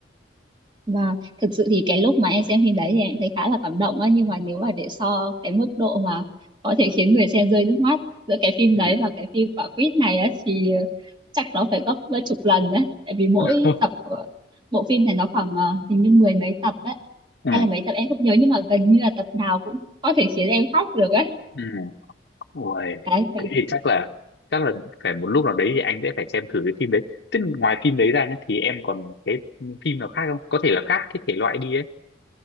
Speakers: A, on the right; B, on the left.
A: và thực sự thì cái lúc mà em xem phim đấy thì em thấy khá là cảm động á nhưng mà nếu mà để so cái mức độ mà có thể khiến người xem rơi nước mắt giữa cái phim
B: ừ
A: đấy và cái phim quả quýt này á thì ờ, chắc nó phải gấp chục lần đấy tại vì mỗi
B: <laughs>
A: tập của bộ phim này nó khoảng ờ, hình như mười mấy tập đấy
B: ừ
A: hay là mấy tập em không nhớ nhưng mà gần như là tập nào cũng có thể khiến em khóc được á
B: ừ Ôi,
A: Đấy, kiểu,
B: thế thì chắc là chắc là phải một lúc nào đấy thì anh sẽ phải xem thử cái phim đấy tức là ngoài phim đấy ra nhá thì em còn cái phim nào khác không có thể là khác cái thể loại đi ấy